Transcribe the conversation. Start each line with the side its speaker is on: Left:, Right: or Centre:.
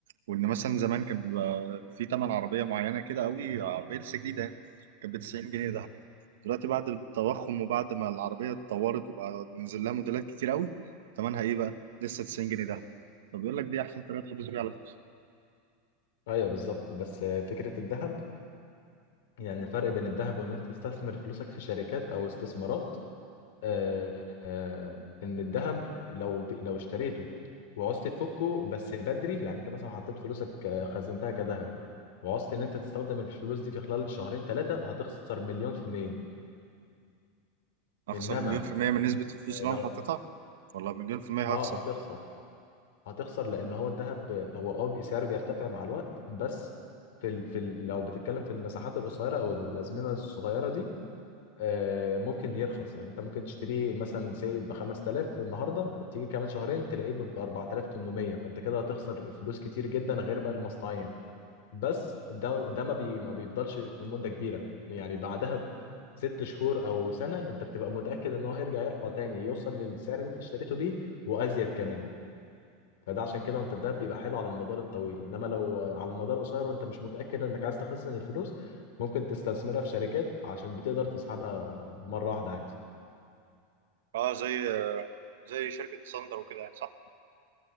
Right: وان مثلا زمان كان بيبقى في تمن عربيه معينه كده قوي عربيه لسه جديده يعني كانت ب 90 جنيه ذهب دلوقتي بعد التضخم وبعد ما العربيه اتطورت وبقى نزل لها موديلات كتير قوي تمنها ايه بقى لسه 90 جنيه ذهب فبيقول لك دي احسن طريقه تحافظ بيها على فلوسك
Left: ايوه بالظبط بس آه، فكره الذهب يعني الفرق بين الذهب وان انت تستثمر فلوسك في شركات او استثمارات آه، آه، ان الذهب لو ب- لو اشتريته وعوزت تفكه بس بدري يعني انت مثلا حطيت فلوسك آه، خزنتها كذهب وعوزت ان انت تستخدم الفلوس دي في خلال شهرين ثلاثة هتخسر مليون في المية
Right: اخسر
Left: انما
Right: مليون في الميه من
Left: آه،
Right: نسبه الفلوس اللي
Left: لو
Right: انا حاططها ولا مليون في الميه
Left: اه
Right: هخسر
Left: هتخسر هتخسر لان هو الذهب آه، هو اه بي- سعره بيرتفع مع الوقت بس في ال... في ال... لو بتتكلم في المساحات القصيرة او الازمنة الصغيرة دي، آه، ممكن يرخص يعني انت ممكن تشتريه مثلا سي ب 5000 النهارده تيجي كمان شهرين تلاقيه ب 4800 فانت كده هتخسر فلوس كتير جدا غير بقى المصنعيه بس ده ده ما, بي ما بيفضلش لمده كبيره يعني بعدها ب ست شهور او سنه انت بتبقى متاكد ان هو هيرجع يرفع تاني يوصل للسعر اللي انت اشتريته بيه وازيد كمان فده عشان كده وانت الدهب بيبقى حلو على المدار الطويل انما لو على المدار القصير وانت مش متاكد انك عايز تخزن الفلوس ممكن تستثمرها في شركات عشان بتقدر تسحبها مره واحده عادي
Right: اه زي زي شركه ساندر وكده يعني صح